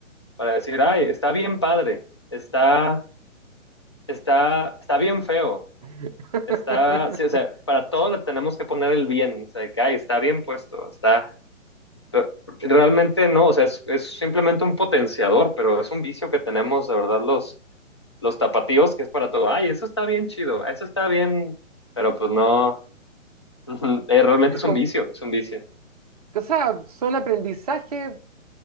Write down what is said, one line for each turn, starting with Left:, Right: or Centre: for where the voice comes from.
Left: para decir, ay, está bien padre, está, está, está bien feo,
Right: <laughs>
Left: está, sí, o sea, para todo le tenemos que poner el bien, o sea, que ay, está bien puesto, está, pero realmente no, o sea, es, es simplemente un potenciador, pero es un vicio que tenemos, de verdad, los, los tapatíos, que es para todo, ay, eso está bien chido, eso está bien, pero pues no. Ujú, eh, realmente
Right: es
Left: es
Right: como,
Left: un vicio, es un vicio.
Right: o sea, son aprendizajes